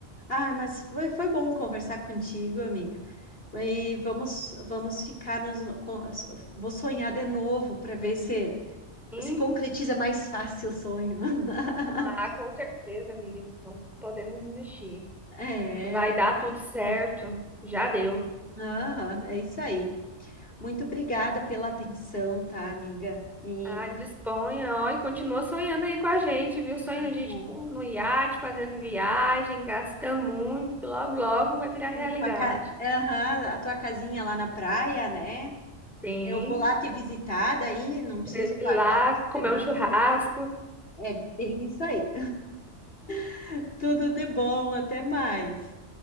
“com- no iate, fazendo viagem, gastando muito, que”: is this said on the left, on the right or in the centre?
Centre